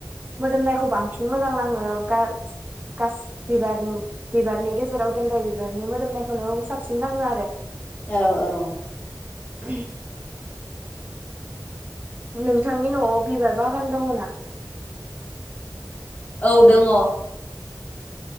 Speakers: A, on the right; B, on the left.
A: मोदोमनायखौ बांसिन मोजां नाङो गास-गास बिबार-बिबारनि गेजेराव गेन्दाय बिबारनि मोदोमनायखौनो साबसिन नाङो आरो।
B: औ औ
A: <unintelligible> नोंथांनि न'आव बिबार बागान दङ ना?
B: औ दङ।